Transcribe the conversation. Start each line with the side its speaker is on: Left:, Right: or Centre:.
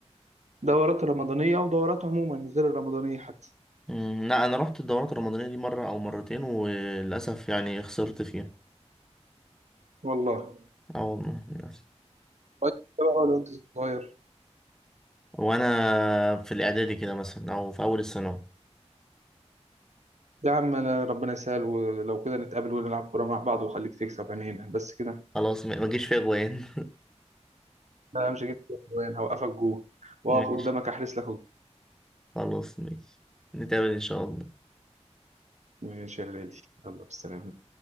Right: دورات رمضانيه ودورات عموما غير الرمضانيه حتى
Centre: مم، لا أنا رحت الدورات الرمضانية دي مرة أو مرتين وللأسف يعني خسرت فيها
Right: والله
Centre: أه والله للأسف
Right: كويس بقى لو انت صغير
Centre: وأنا في الإعدادي كده مثلا أو في أول الثانوي
Right: يا عم أنا ربنا يسهل ولو كده نتقابل ونلعب كورة مع بعض وخليك تكسب عينينا بس كده
Centre: خلاص ما ما جيش فيها جوان
Right: أنا مش هجيب جوان هوقفك جوه وأقف
Centre: <laughs> ماشي
Right: قدامك أحرس لك الجون.
Centre: خلاص ماشي نتقابل إن شاء الله
Right: ماشي يا غالي يلا بالسلامة